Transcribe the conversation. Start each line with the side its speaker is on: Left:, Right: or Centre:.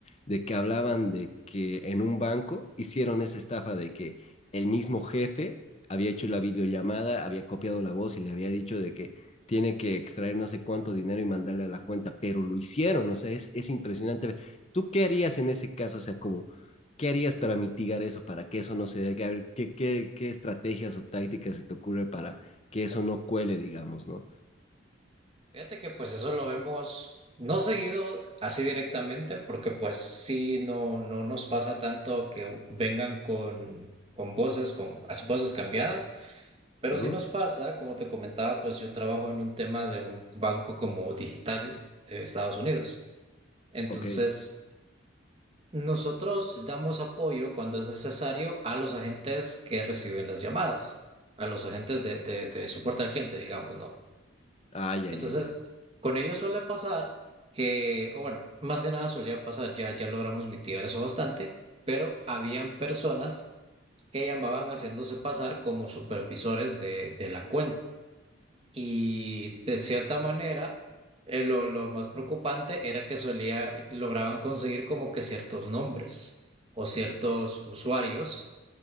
Left: de que hablaban de que en un banco hicieron esa estafa de que el mismo jefe había hecho la videollamada, había copiado la voz y le había dicho de que tiene que extraer no sé cuánto dinero y mandarle a la cuenta, pero lo hicieron, o sea, es, es impresionante. ¿Tú qué harías en ese caso? O sea, como ¿Qué harías para mitigar eso, para que eso no se dé? A ver, ¿qué, qué, qué estrategias o tácticas se te ocurre para que eso no cuele, digamos, ¿no?
Right: Fíjate que pues eso lo vemos no seguido así directamente, porque pues sí, no, no nos pasa tanto que vengan con, con voces, con así voces cambiadas, pero
Left: Ujú.
Right: sí nos pasa, como te comentaba, pues yo trabajo en un tema de un banco como digital de Estados Unidos. Entonces,
Left: Ok.
Right: nosotros damos apoyo cuando es necesario a los agentes que reciben las llamadas, a los agentes de, de, de soporte al cliente, digamos, ¿no?
Left: Ah, ya,
Right: Entonces,
Left: ya, ya.
Right: con ellos suele pasar que, o bueno, más que nada solía pasar, ya, ya logramos mitigar eso bastante, pero habían personas que llamaban haciéndose pasar como supervisores de, de la cuenta. Y de cierta manera, eh, lo, lo más preocupante era que solía, eh, lograban conseguir como que ciertos nombres o ciertos usuarios